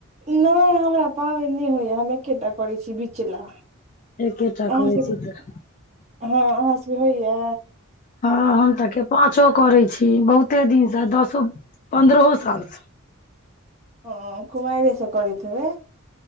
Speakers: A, on the right (about 30°); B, on the left (about 35°).
A: नैय हमरा पाबैन नैय होइयाऽ, हम एकेटा करै छी बिचला।
B: एकेटा
A: अहां
B: करै
A: सबके
B: छी तऽ
A: हं अहां सबके होइए
B: हँ हम तऽ के पाचो करै छी बहुते दिनसँ दसो पन्द्रहो सालसं
A: ओ कुमाइरे स करैत हेबै